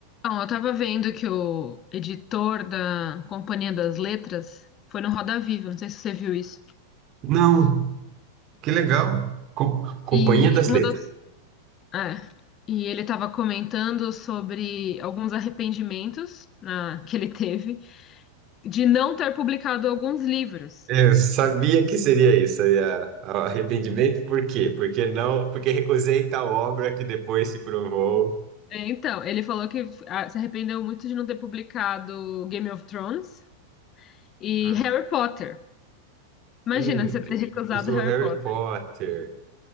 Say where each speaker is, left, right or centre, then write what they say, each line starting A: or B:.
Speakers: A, on the left (about 30°); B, on the right (about 35°).
A: Bom, eu tava vendo que o editor da Companhia das Letras foi no Roda Viva, não sei se você viu isso.
B: Não, que legal. Com- Companhia
A: E
B: das
A: uma
B: Letras.
A: das, é, e ele tava comentando sobre alguns arrependimentos na- que ele teve de não ter publicado alguns livros.
B: Eu sabia que seria isso, seria arrependimento. Por quê? Porque não, porque recusei tal obra que depois se provou.
A: É, Então, ele falou que ah, se arrependeu muito de não ter publicado Game of Thrones e
B: Ah,
A: Harry Potter. Imagina
B: Eita,
A: você ter recusado
B: recusou
A: Harry
B: Harry
A: Potter.
B: Potter.